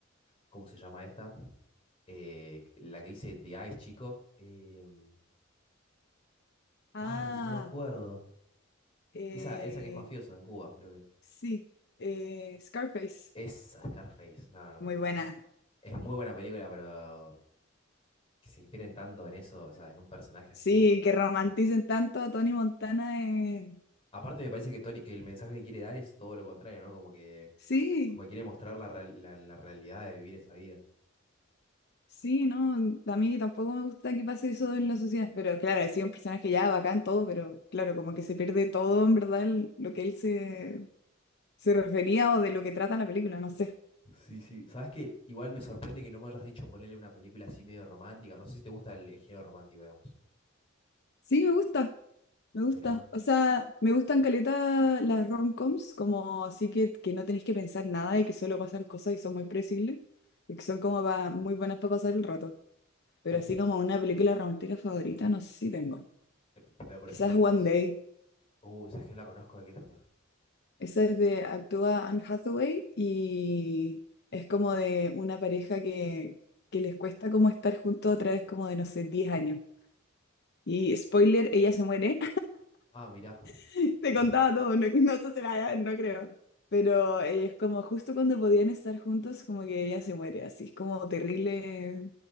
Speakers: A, on the left; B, on the left.
A: ¿cómo se llama esta? Eh, la que dice The Ice Chico, em,
B: Ah,
A: ay, no me acuerdo,
B: eh,
A: esa, esa que es mafioso en Cuba, creo que es,
B: Sí, eh, Scarface.
A: esa Scarface, no, no,
B: Muy buena.
A: Es muy buena película, pero que se inspiren tanto en eso, o sea, en un personaje así.
B: Sí, que romanticen tanto a Tony Montana. eh,
A: Aparte me parece que Tony, que el mensaje que quiere dar es todo lo contrario, ¿no? Como que,
B: Sí,
A: como que quiere mostrar la, real- la- la realidad de vivir esa vida.
B: sí, no. A mí tampoco me gusta que pase eso en la sociedad. Pero claro, ha sido un personaje ya bacán todo, pero claro, como que se pierde todo en verdad el- lo que él se, se refería o de lo que trata la película, no sé.
A: Sí, sí. ¿Sabes qué? Igual me sorprende que no me hayas dicho ponerle una película así medio romántica. No sé si te gusta el, el género romántico, digamos.
B: Sí, me gusta. Me gusta,
A: Mirá.
B: o sea, me gustan caleta las romcoms, como así que, que no tenéis que pensar nada y que solo pasan cosas y son muy predecibles, y que son como pa- muy buenas para pasar el rato. Pero
A: Ay,
B: así
A: ti-
B: como una película romántica favorita, no sé si tengo.
A: eh, Pero por
B: Quizás
A: ejemplo, tss,
B: One Day.
A: uy, ¿sabes que no la conozco? ¿De qué trata?
B: Esa es de, actúa Anne Hathaway y es como de una pareja que, que les cuesta como estar juntos a través como de, no sé, 10 años. Y spoiler, ella se muere
A: Ah, mirá.
B: <laughs> Te
A: <laughs>
B: contaba todo, no, no sé si la- no creo. Pero
A: Tss,
B: eh, es como justo cuando podían estar juntos, como que ella se muere, así es como terrible,